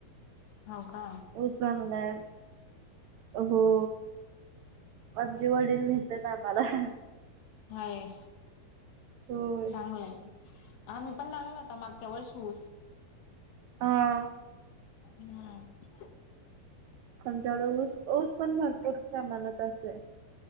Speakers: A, on the left (about 75°); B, on the right (about 85°).
A: हो का,
B: ऊस भांगलाय, हो. आमचे वडील नेतात आम्हाला.
A: हाय,
B: होय
A: चांगलं आहे. आम्ही पण लावलेला होता मागच्या वर्षी ऊस.
B: हा,
A: <unintelligible>
B: खंजाळ ऊस, ऊस पण भरपूर प्रमाणात असते.